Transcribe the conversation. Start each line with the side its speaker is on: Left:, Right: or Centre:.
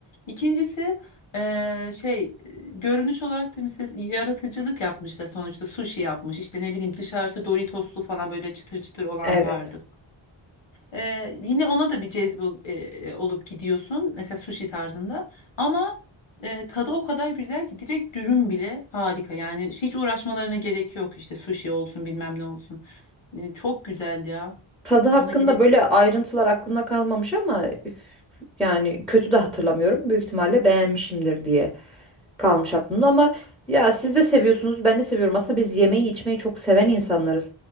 Left: İkincisi e, şey e, görünüş olarak da mesela yaratıcılık yapmışlar sonuçta sushi yapmış. İşte ne bileyim dışarısı Doritoslu falan böyle çıtır çıtır olan
Centre: Evet.
Left: vardı. Ee, yine ona da bir cezbe ol- e, e, olup gidiyorsun. Mesela sushi tarzında. Ama e, tadı o kadar güzel ki direkt dürüm bile harika. Yani hiç uğraşmalarına gerek yok işte sushi olsun bilmem ne olsun. E, çok güzel ya.
Centre: tadı hakkında
Left: Ona gidelim.
Centre: böyle ayrıntılar aklımda kalmamış ama üf, yani kötü de hatırlamıyorum. Büyük ihtimalle beğenmişimdir diye kalmış aklımda ama ya siz de seviyorsunuz ben de seviyorum. Aslında biz yemeği içmeyi çok seven insanlarız.